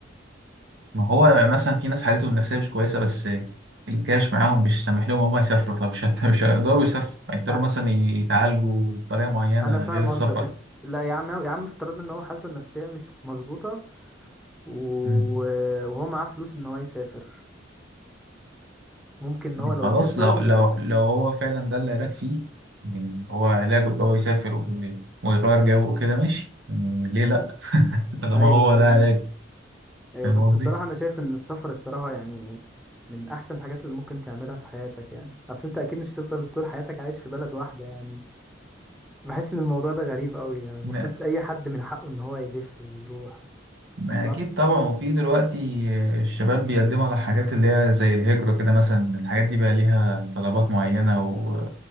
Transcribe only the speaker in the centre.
لا
انا فاهم
قصدك بس لا يا عم يا عم افترضنا ان هو حالته النفسيه مش مظبوطه و-
وهو معاه فلوس ان هو يسافر ممكن ان
هو لو
سافر
ي...
ايوه
أيوه.
ايوه
بس
الصراحه انا شايف ان السفر الصراحه يعني من احسن الحاجات اللي ممكن تعملها في حياتك يعني اصل انت اكيد مش هتفضل طول حياتك عايش في بلد واحده يعني بحس ان الموضوع ده غريب قوي يعني المفروض
اي حد من حقه ان هو يلف ويروح
صح